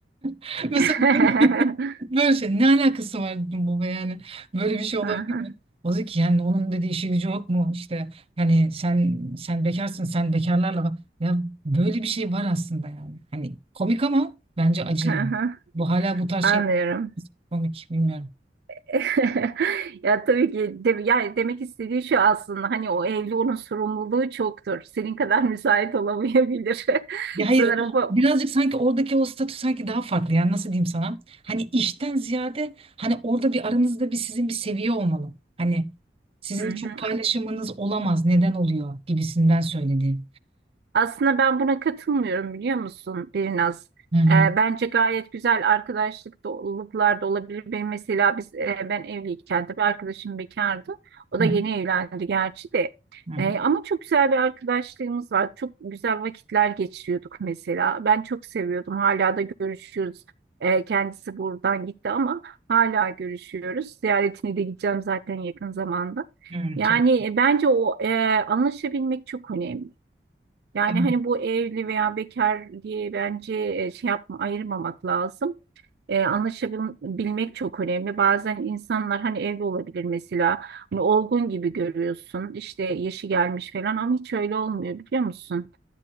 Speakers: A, on the right; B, on the right.
A: <laughs> Mesela
B: <laughs>
A: böyle, böyle şey ne alakası var dedim baba yani böyle bir şey olabilir
B: Aha,
A: mi? O dedi ki yani onun dediği işi gücü yok mu işte yani sen sen bekarsın sen bekarlarla bak. Ya böyle bir şey var aslında yani. Hani komik ama bence acı yani.
B: aha.
A: Bu hala bu tarz
B: Anlıyorum.
A: şey komik bilmiyorum.
B: <laughs> Ya tabii ki de, yani demek istediği şu aslında hani o evli onun sorumluluğu çoktur. Senin kadar müsait olamayabilir. <laughs>
A: Ya hayır
B: Sanırım
A: o
B: bu.
A: birazcık sanki oradaki o statü sanki daha farklı yani nasıl diyeyim sana? Hani işten ziyade hani orada bir aranızda bir sizin bir seviye olmalı. Hani sizin
B: Hı
A: çok
B: hı.
A: paylaşımınız olamaz neden oluyor gibisinden söyledi.
B: Aslında ben buna katılmıyorum biliyor musun Birnaz?
A: Hı hı.
B: Ee, bence gayet güzel arkadaşlık doluluklar da olabilir. Benim mesela biz e, ben evliyken tabii arkadaşım bekardı. O
A: Hı
B: da
A: hı.
B: yeni evlendi gerçi de.
A: Hı hı.
B: Ee, ama çok güzel bir arkadaşlığımız var. Çok güzel vakitler geçiriyorduk mesela. Ben çok seviyordum. Hala da görüşüyoruz. Ee, kendisi buradan gitti ama hala görüşüyoruz. Ziyaretine de gideceğim zaten yakın zamanda.
A: Hı,
B: Yani
A: tabii.
B: bence o e, anlaşabilmek çok önemli. Yani
A: Evet.
B: hani bu evli veya bekar diye bence e, şey yapma ayırmamak lazım. E, anlaşabilmek çok önemli. Bazen insanlar hani evli olabilir mesela. Hani olgun gibi görüyorsun. işte yaşı gelmiş falan ama hiç öyle olmuyor biliyor musun?